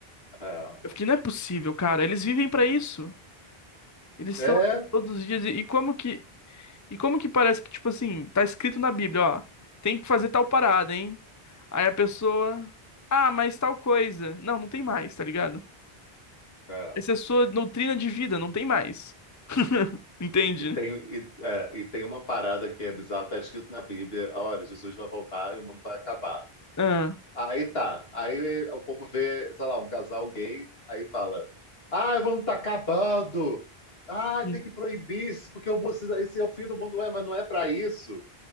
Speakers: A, on the left (about 70°); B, on the left (about 20°).
A: É,
B: Eu fiquei, não é possível, cara. Eles vivem pra isso. Eles
A: é.
B: estão aqui todos os dias. E, e como que E como que parece que, tipo assim, tá escrito na Bíblia, ó, tem que fazer tal parada, hein? Aí a pessoa, ah, mas tal coisa. Não, não tem mais, tá ligado?
A: é.
B: Essa é a sua doutrina de vida, não tem mais. Entende?
A: E tem, e, é, e tem uma parada que é bizarra, está escrito na Bíblia, olha, Jesus vai voltar e o mundo vai acabar.
B: Ah.
A: Aí tá. Aí o povo vê, sei lá, um casal gay, aí fala: Ah, o mundo tá acabando! Ah,
B: Sim.
A: tem que proibir isso, porque o mundo- esse é o fim do mundo, é, mas não é pra isso